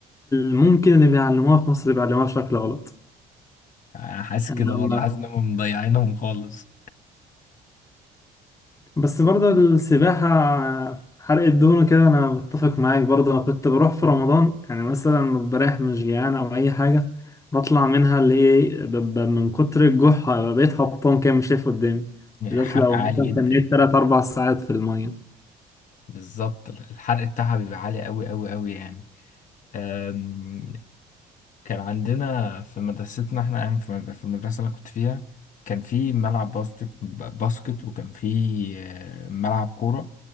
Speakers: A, on the left; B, on the left.
A: ممكن اللي بيعلموها في مصر بيعلموها بشكل غلط
B: أنا حاسس
A: يعني.
B: كده برضه حاسس إن هم مضيعينهم خالص
A: بس برضه السباحة حرق الدهون كده أنا بتفق معاك برضه أنا كنت بروح في رمضان يعني مثلا لما بريح مش جيعان أو أي حاجة بطلع منها اللي هي ببقى من كتر الجوع بقيت هبطان كده مش شايف قدامي
B: يعني
A: بالذات
B: حرق
A: لو
B: عالي
A: مثلا
B: جدا
A: تنيت تلات أربع ساعات في المية
B: بالظبط الحرق بتاعها بيبقى عالي أوي أوي أوي يعني كان عندنا في مدرستنا احنا يعني في مد- في المدرسة اللي أنا كنت فيها كان في ملعب باسكت باسكت وكان في آه، ملعب كورة